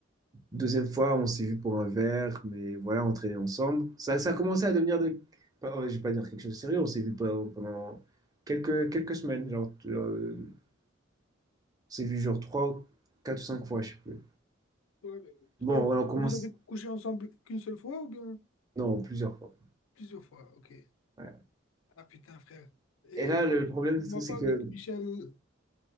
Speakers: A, on the right; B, on the left.
A: Deuxième fois, on s'est vu pour un verre, mais voilà, on traînait ensemble. Ça, ça a commencé à devenir de... pas- oh, je vais pas dire quelque chose de sérieux, on s'est vu pe- pendant quelques, quelques semaines, genre, euh, on s'est vu genre trois, quatre ou cinq fois, je sais plus.
B: Ouais, mais trois-
A: Bon, voilà, on commence,
B: Vous avez couché ensemble qu'une seule fois ou bien
A: non, plusieurs fois.
B: plusieurs fois? Ok.
A: Ouais.
B: Ah putain, frère. Et
A: Et là, le problème,
B: moi
A: c'est c'est
B: pas
A: que,
B: que Michel